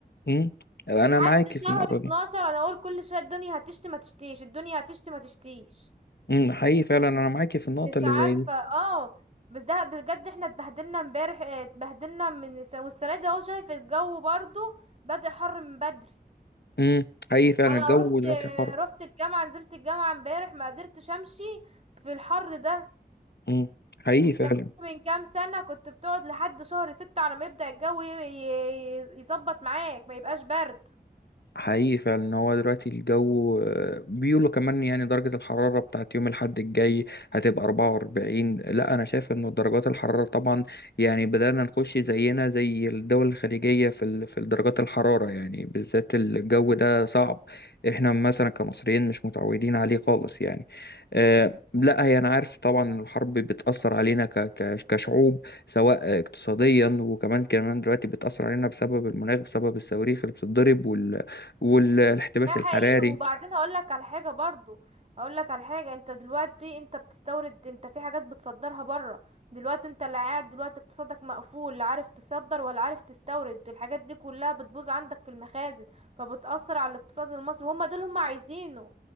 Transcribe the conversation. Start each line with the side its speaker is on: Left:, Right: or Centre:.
Left: امم انا
Right: لحد
Left: معاك في
Right: شهر
Left: النقطه
Right: 12
Left: دي
Right: انا اقول كل شويه الدنيا هتشتي ما تشتيش الدنيا هتشتي ما تشتيش
Left: امم حقيقي فعلا انا معاكي في النقطه
Right: مش
Left: اللي
Right: عارفه
Left: زي دي
Right: اه بس ده بجد احنا اتبهدلنا امبارح اه، اتبهدلنا من الس- والسنه دي اهو شايف الجو برضو بدأ حر من بدري
Left: امم حقيقي فعلا
Right: انا
Left: الجو
Right: رحت
Left: دلوقتي حر
Right: رحت الجامعه نزلت الجامعه امبارح ما قدرتش امشي في الحر ده
Left: امم حقيقي
Right: انت
Left: فعلا
Right: كنت من كام سنة كنت بتقعد لحد شهر ستة على ما يبدأ الجو ي- ي- يظبط معاك ما يبقاش برد
Left: حقيقي فعلا ان هو دلوقتي الجو آه، بيقولوا كمان يعني درجة الحرارة بتاعت يوم الأحد الجاي هتبقى 44 لا أنا شايف إنه درجات الحرارة طبعا يعني بدأنا نخش زينا زي الدول الخليجية في ال- في درجات الحرارة يعني بالذات الجو ده صعب احنا مثلا كمصريين مش متعودين عليه خالص يعني آه، لا هي أنا عارف طبعا إن الحرب بتأثر علينا ك- ك- كشعوب سواء اقتصاديا وكمان كمان دلوقتي بتأثر علينا بسبب المناخ بسبب الصواريخ اللي بتتضرب والاحتباس
Right: ده حقيقي
Left: الحراري
Right: وبعدين هقول لك على حاجة برضو هقول لك على حاجة انت دلوقتي انت بتستورد انت في حاجات بتصدرها بره دلوقتي انت اللي قاعد دلوقتي اقتصادك مقفول لا عارف تصدر ولا عارف تستورد الحاجات دي كلها بتبوظ عندك في المخازن فبتأثر على الاقتصاد المصري هما دول هما عايزينه